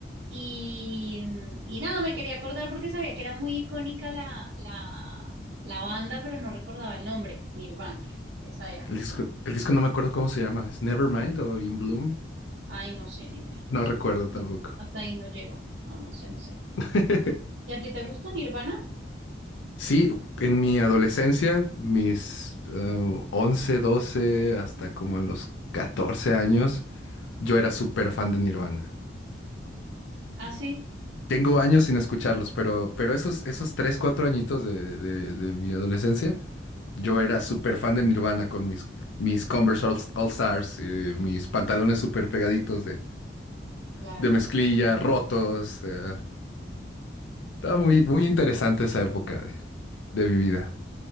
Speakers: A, on the right; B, on the left.
A: Y, y nada, me quería acordar porque sabía que era muy icónica la, la, la banda, pero no recordaba el nombre, Nirvana, esa era.
B: El disco, el disco no me acuerdo cómo se llama. ¿Es Nevermind o In Bloom?
A: Ay, no sé, ni idea.
B: No
A: Eso,
B: recuerdo tampoco.
A: hasta ahí no llegó. No, no sé, no sé.
B: <laughs>
A: ¿Y a ti te gusta Nirvana?
B: Sí, en mi adolescencia, mis eh, 11, 12, hasta como a los 14 años, yo era súper fan de Nirvana.
A: Ah, sí.
B: Tengo años sin escucharlos, pero, pero esos, esos 3 4 añitos de, de de mi adolescencia Yo
A: Ujú.
B: era súper fan de Nirvana con mis, mis Converse All, All Stars, eh, mis pantalones súper pegaditos de,
A: Claro.
B: de mezclilla, rotos. eh, estaba muy, muy interesante esa época de, de mi vida.